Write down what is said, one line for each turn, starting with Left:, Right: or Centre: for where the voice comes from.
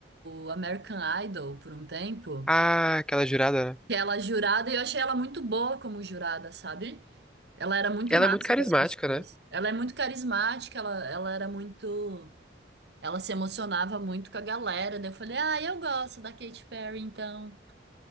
Right: o American Idol por um tempo.
Centre: Ah, aquela jurada, né?
Right: que ela é jurada, e eu achei ela muito boa como jurada, sabe? Ela era muito
Centre: Ela
Right: massa
Centre: é muito carismática,
Right: com as pessoas.
Centre: né?
Right: Ela é muito carismática, ela, ela era muito. Ela se emocionava muito com a galera. Daí eu falei, ah, eu gosto da Katy Perry, então.